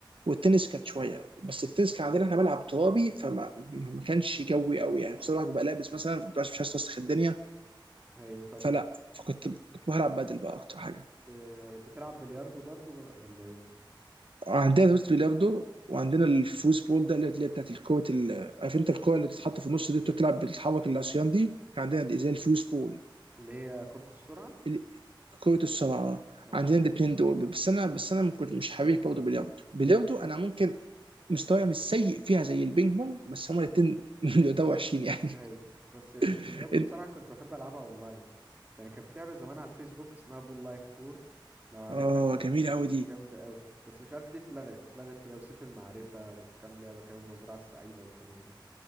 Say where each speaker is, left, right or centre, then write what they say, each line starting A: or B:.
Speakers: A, on the right; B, on the right.
A: والتنس كانت شويه بس التنس كان عندنا احنا ملعب ترابي فما ما كانش جوي قوي يعني خصوصا الواحد بيبقى لابس مثلا مش عايز توسخ الدنيا
B: ايوه طب
A: فلا
B: وب-
A: فكنت كنت بلعب بادل بقى اكتر حاجه
B: ب... بتلعب بلياردو برضه ب- ولا ايه
A: عندنا روست بيلاردو وعندنا الفوز بول ده اللي اللي هي بتاعت الكوره ال- عارف انت الكوره اللي بتتحط في النص دي بتقعد تلعب بتتحرك العصيان دي كان عندنا دي زي الفوز بول
B: اللي هي كرة السرعة
A: ال- كرة الصراعة
B: اه
A: عندنا الاثنين دول بس انا بس انا كنت مش حريف برضه بلياردو بلياردو انا ممكن مستواي مش سيء فيها زي البينج بونج بس هما الاثنين <laughs> يعتبروا وحشين يعني
B: ايوه بس البلياردو
A: <laughs>
B: بصراحة كنت بحب ألعبها أونلاين يعني كان في لعبة زمان على الفيسبوك اسمها بول لايف تور لو عارفها
A: اه
B: كانت
A: جميلة قوي
B: كانت
A: دي
B: جامدة أوي بس مش عارف ليه اتلغت اتلغت هي وسيف المعرفة وكام لعبة كده والمزرعة السعيدة والكلام ده